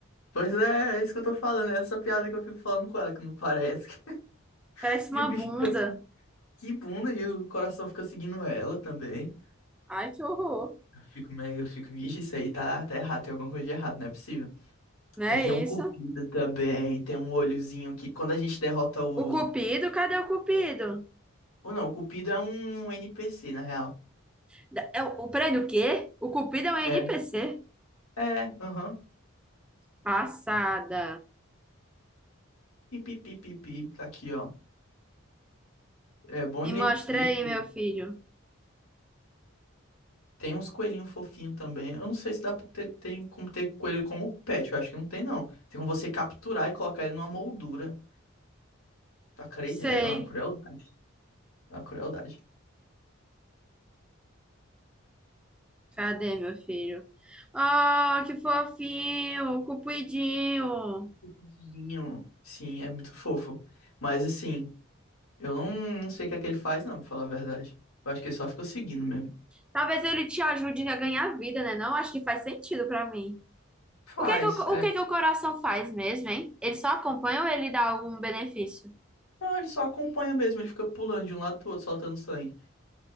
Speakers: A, on the left (about 80°); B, in the centre.
A: Pois é, é isso que eu tô falando, é essa piada que eu fico falando com ela, que não parece. <laughs>
B: Parece
A: E
B: uma
A: o bicho
B: bunda.
A: fica assim, que bunda, e o coração fica seguindo ela também.
B: Ai, que horror.
A: Eu fico meio, eu fico, vixe, isso aí tá, tá errado, tem alguma coisa de errado, não é possível.
B: Não
A: Aí
B: é
A: tem um
B: isso?
A: cupido também, tem um olhozinho que quando a gente derrota o.
B: O Cupido? Cadê o Cupido?
A: Ou não, o cupido é um NPC, na real.
B: Da- É o, o, peraí, do quê? O Cupido é um NPC?
A: É, é, aham.
B: Passada.
A: Pipi, pipi, pipi, tá aqui, ó. É, Bonepic,
B: E mostra aí, meu filho.
A: Tem uns coelhinhos fofinhos também. Eu não sei se dá pra ter, tem como ter coelho como pet. Eu acho que não tem, não. Tem como você capturar e colocar ele numa moldura. Tá cre...
B: Sei.
A: É uma crueldade. É uma crueldade.
B: Cadê, meu filho? Oh, que fofinho, cupidinho.
A: Fofinho. Sim, é muito fofo. Mas assim, eu não, não sei o que é que ele faz, não, pra falar a verdade. Eu acho que ele só fica seguindo mesmo.
B: Talvez ele te ajude a ganhar vida, né? Não acho que faz sentido pra mim.
A: Faz,
B: O que é que o,
A: é.
B: o que é que o coração faz mesmo, hein? Ele só acompanha ou ele dá algum benefício?
A: Não, ele só acompanha mesmo. Ele fica pulando de um lado pro outro, soltando sangue.